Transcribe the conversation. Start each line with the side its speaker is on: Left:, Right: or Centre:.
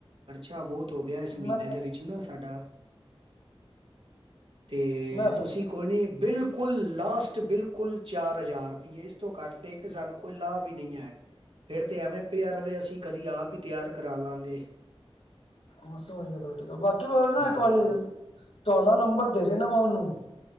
Right: ਘਾਟਾ ਬਹੁਤ ਹੋ ਗਿਆ, ਇਸ ਮਹੀਨੇ
Left: ਮੈਂ
Right: ਦੇ ਵਿੱਚ ਨਾ ਸਾਡਾ। ਤੇ
Left: ਮੈਂ ਫਿਰ
Right: ਤੁਸੀਂ ਕੋਈ ਨੀ ਬਿਲਕੁਲ ਲਾਸਟ ਬਿਲਕੁਲ ਚਾਰ ਹਜ਼ਾਰ ਰੁਪਈਆ ਇਸ ਤੋਂ ਘੱਟ ਦੇ ਕੇ ਸਾਨੂੰ ਕੋਈ ਲਾਭ ਵੀ ਨਈ ਏ, ਫੇਰ ਤੇ ਐਵੇਂ ਪਿਆ ਰਵੇ ਅਸੀਂ ਕਦੀ ਆਪ ਹੀ ਤਿਆਰ ਕਰਾ ਲਾਂਗੇ।
Left: ਮੈਂ ਸਮਝ ਗਿਆ ਤੁਹਾਡੀ ਗਲ ਬਾਕੀ ਮੈਂ ਨਾ ਇੱਕ
Right: ਹਾਂ
Left: ਵਾਰੀ ਤੁਹਾਡਾ ਨੰਬਰ ਦੇ ਜੇ ਨਾ ਵਾ ਉਹਨੂੰ